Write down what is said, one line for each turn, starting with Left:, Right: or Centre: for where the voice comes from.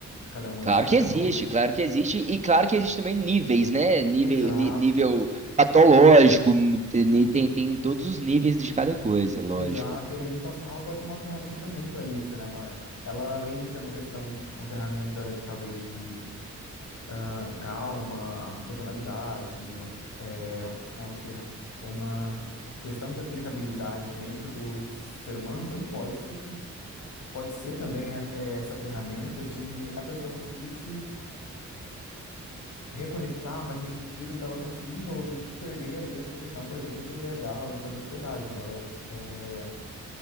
Left: cada uma
Right: Claro
Left: dessas
Right: que
Left: questões.
Right: existe, claro que existe, e claro que existe também níveis, né? Nível,
Left: Exato.
Right: ni- nível patológico, ni- tem, tem todos os níveis de cada coisa, lógico.
Left: Exato, e a meditação ela pode ser uma ferramenta também para isso, né? Uma- Ela, além de ser uma questão, uma ferramenta talvez de ah, calma, funcionalidade, uma, é, uma, ferra- uma questão de aplicabilidade dentro do ser humano, ele pode ser, pode ser também é, é, essa ferramenta de a pessoa conseguir se reconectar, mas no sentido dela conseguir de novo perder ali essa questão, por exemplo, do TDAH ou então da ansiedade, né? Ela, é,